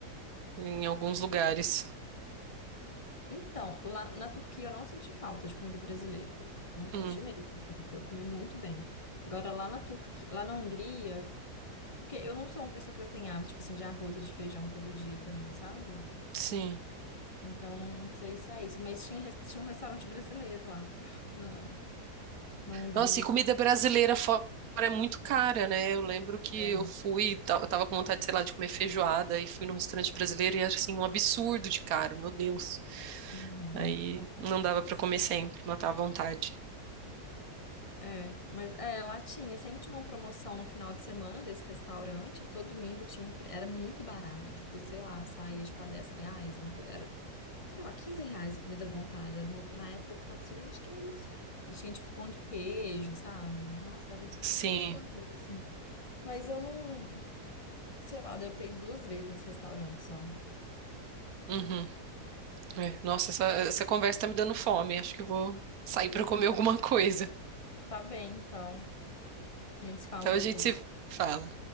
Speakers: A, on the right; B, on the left.
A: em alguns lugares.
B: Então, lá na Turquia eu não senti falta de comida brasileira. Não senti
A: Hum,
B: mesmo, assim, porque eu comi muito bem. Agora, lá na Turquia, lá na Hungria, porque eu não sou uma pessoa que eu tenho hábito, tipo assim, de arroz e de feijão todo dia também, sabe?
A: sim.
B: Então, não sei se é isso, mas tinha, res- tinha um restaurante brasileiro lá <laughs> na, na Hungria.
A: Nossa, e comida
B: Super.
A: brasileira fora é muito cara, né? Eu lembro que
B: É.
A: eu fui, tava, tava com vontade, sei lá, de comer feijoada e fui num restaurante brasileiro e era assim, um absurdo de caro, meu Deus.
B: Uhum.
A: Aí não dava pra comer sempre, matava a vontade.
B: É, mas é, lá tinha, sempre tinha uma promoção no final de semana desse restaurante, todo domingo tinha um, pre- era muito barato, tipo, sei lá, saía tipo a 10 reais, uma coisa, sei lá, 15 reais comida à vontade. Era uma- na época eu ficava assim, gente, que isso? E tinha tipo pão de queijo, sabe? Nossa, era,
A: Sim.
B: era gostoso, assim. Mas eu não, sei lá, eu devo ter ido duas vezes nesse restaurante só.
A: Uhum. É. Nossa, essa, essa conversa tá me dando fome. Acho que eu vou sair para comer alguma coisa.
B: Tá bem, então. A gente se fala
A: Então
B: depois.
A: a gente se fala.